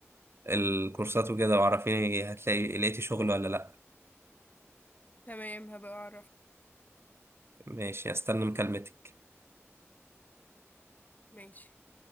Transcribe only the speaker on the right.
ال- الكورسات وكده وعرفيني هتلاقي لقيتي شغل ولا لا
ماشي استنى مكالمتك